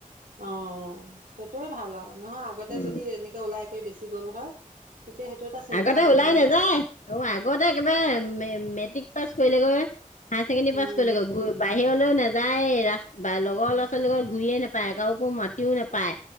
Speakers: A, on the right; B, on the left.
A: অ সেইটোয়ে ভাল আৰু, নহয় আগতে
B: উম,
A: যদি এনেকে ওলাই বেছি গ'ল হয় তেতিয়া সেইটো এটা চিন্তা
B: আগতে
A: হ'ল
B: ওলাই
A: হয়
B: নাযায়,
A: ন
B: অ আগতে একেবাৰে মে-মেট্ৰিক পাছ কৰিলে গৈ হায়াৰ ছেকেণ্ডেৰী পাছ
A: উম
B: কৰিলেগৈ, বাহিৰলৈও নাযায় নাযায়ে ৰা লগৰ ল'ৰা ছোৱালীৰ লগত ঘূৰিয়ে নাপায় কাকো মাতিও নোপায়,